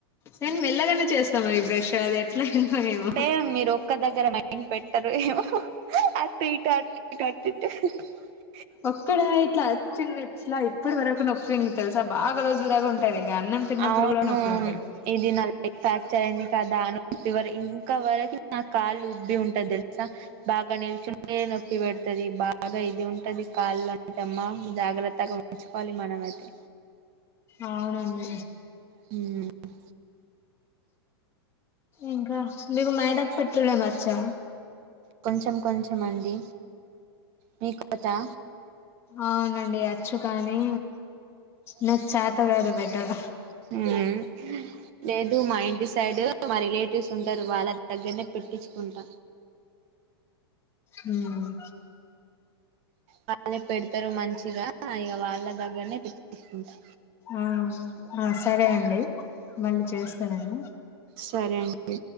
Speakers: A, on the left; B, on the right.
A: నేను మెల్లగానే జేస్తా మరి బ్రెష్ అది ఎట్లాయిందో ఏమో
B: అంటే మీరు ఒక్క దగ్గర మైండ్ పెట్టరు ఏమో అటు ఇటు అటు ఇటు అటు ఇటు <inaudible>
A: ఒక్కడ ఇట్లా చిన్న ఇట్లా ఇప్పటి వరకు నొప్పి ఉంది తెలుసా బాగా రోజుల దాకా ఉంటది ఇక అన్నం తిన్నప్పుడు
B: అవును
A: కూడా నొప్పి ఉంటది
B: ఇది న ది ఫ్రాక్చర్ అయింది కదా అను ఫివరు ఇంకా వరకు నా కాళ్ళు ఉబ్బి ఉంటది దె లుసా బాగా నిల్చుంటే నొప్పి పెడతది బాగా ఇది ఉంటది కాళ్లో అమ్మా జాగ్రత్తగా ఉంచుకోవాలి మనమైతే
A: అవునండి
B: మ్
A: ఇంకా మీకు మైదాకు పెట్టడం వచ్చా
B: కొంచెం కొంచెం అండి మీకు వచ్చా
A: అవునండి అచ్చు కానీ
B: మ్
A: నాకు చేత కాదు పెట్టడం
B: లేదు మా ఇంటి సైడ్ మా రిలేటివ్స్ ఉంటరు వాళ్ళ దగ్గరనే పెట్టించుకుంటా
A: మ్
B: వాళ్ళే పెడతరు మంచిగా ఇగ వాళ్ళ దగ్గరనే పెట్టించుకుంటా
A: ఆ ఆ సరే అండి మళ్ళీ చేస్త నేను
B: సరే అండి